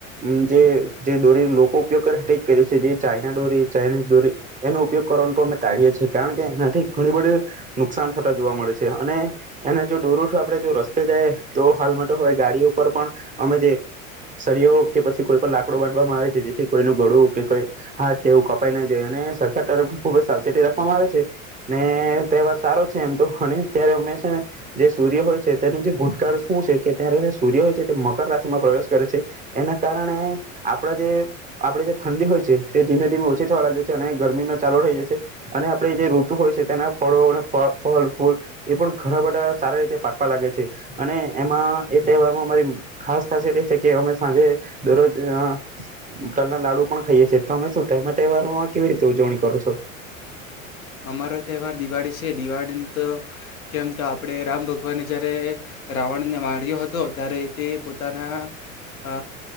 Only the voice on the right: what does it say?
અમ જે જે દોરી લોકો ઉપયોગ કરે તેજ કરી છે જે ચાઈના ડોરી ચાાઈનીઝ દોરી એનો ઉપયોગ કરવાનો તો અમે ટાળીએ છીએ કારણ કે એનાથી ઘણી બધી નુકસાન થતા જોવા મળે છે અને એના જો દોરો અથવા આપડે જો રસ્તે જાય તો હાલ માટે હવે ગાડીઓ ઉપર પણ અમે જે સળયો કે પછી કોઈ પણ લાકડું બાંધવામાં આવે છે જેથી કોઈનું ગળુ કે કોઈ હાથ કે એવું કપાઈ ના જાય અને સરકાર તરફ ખુબ જ સાવચેતી રાખવામાં આવે છે નેએએ તહેવાર સારો છે એમ તો અને ત્યારે અમે છે ને જે સૂર્ય હોય છે તેનું જે ભૂતકાળ શું છે કે ત્યારે સૂર્ય હોય છે તે મકર રાશિમાં પ્રવેશ કરે છે એના કારણે આપણા જે આપણે જે ઠંડી હોય છે તે ધીમે ધીમે ઓછી થવા લાગે છે અને ગરમીને ચાલુ થઈ જાય છે અને આપણેે જે ઋતુ હોય છે તેના ફળો અને ફળ ફળ ફૂલ એ પણ ઘણા બધા સારા રીતે પાકવા લાગે છે અને એમાં એ તહેવારમાં અમારી ખાસ ખાસિયત એ છે કે અમે સાંજે દરરોજ અ તલના લાડુ પણ ખાઈએ છે તો તમે શું એ તહેવારોમાં કેવી રીતે ઉજવણી કરો છો.